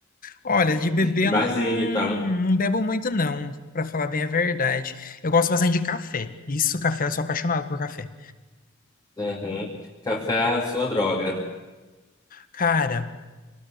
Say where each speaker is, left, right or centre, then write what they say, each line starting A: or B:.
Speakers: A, on the left (about 40°); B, on the left (about 20°).
A: olha, de
B: <laughs>
A: bebê
B: e
A: eu
B: barzinho
A: não, não,
B: e tal.
A: não bebo muito não, pra falar bem a verdade. Eu gosto bastante de café. Isso, café, eu sou apaixonado por café.
B: Aham. Café é a sua droga.
A: Cara,